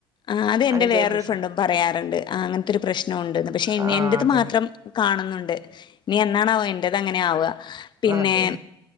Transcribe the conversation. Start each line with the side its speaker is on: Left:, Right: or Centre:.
Left: ആ അത്റെ
Right: അങ്ങനത്തെ
Left: വേറൊരു
Right: പ്രശ്നം
Left: ഫണ്ടും പറയാറുണ്ട് അങ്ങനത്തെ ഒരു പ്രശ്നംണ്ട്ന്ന് പക്ഷെ
Right: ആഹ്
Left: എന്റത്
Right: അതെ
Left: മാത്രം കാണുന്നുണ്ട് നീ എന്നാണാവോ എൻറത് അങ്ങനെ ആവുക പിന്നെ
Right: അതെ